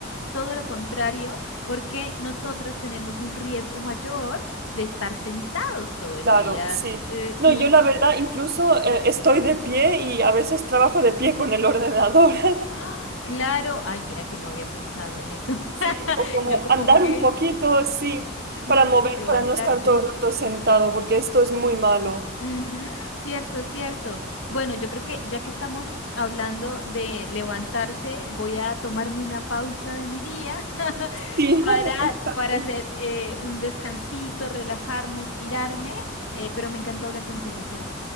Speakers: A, on the left; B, on the right.
A: todo lo contrario, porque nosotros tenemos un riesgo mayor de estar sentados todo el
B: Claro,
A: día.
B: sí.
A: eh,
B: No,
A: y,
B: yo la verdad incluso eh, estoy de pie y a veces trabajo de pie con el ordenador. <laughs>
A: ¡ah! claro, ay, mira que no había pensado en eso. <laughs>
B: Sí, o como
A: Yo como,
B: andar
A: ok, sí,
B: un poquito, sí, para
A: claro,
B: mover,
A: levantarse.
B: para no estar todo el rato sentado, porque esto es muy malo.
A: Ujú, cierto, cierto. Bueno, yo creo que ya que estamos hablando de levantarse, voy a tomarme una pausa de mi día <laughs>
B: Sí,
A: para,
B: <laughs> exacto.
A: para hacer eh, un descansito, relajarme, estirarme, eh, pero me encantó hablar contigo, Sara.